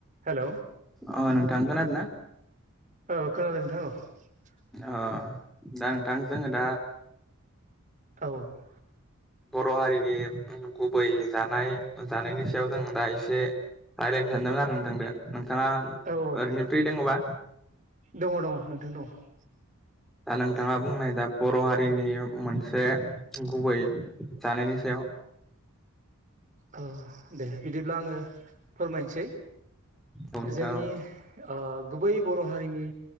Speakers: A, on the right (about 35°); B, in the centre.
A: Hello
B: अ नोंथां खोनादोना?
A: औ खोनादों नोंथां औ ।
B: अ दा नोंथां जोङो दा
A: औ ।
B: बर' हारिनि गुबै जानाय जानायनि सायाव जों दा एसे रायलायनो सानदोंमोन आरो नों थां दो नोंथाङा
A: औ औ
B: ओरैनो फ्रि दङबा?
A: दङ दङ नोंथां दङ औ
B: दा नोंथाङा बुंनाय दा बर' हारिनि मोनसे गुबै जानायनि सायाव <inaudible>
A: औ दे बिदिब्ला आङो फोरमायनोसै
B: औ नोंथां
A: जोंनि
B: औ
A: ओ गुबै बर' हारिनि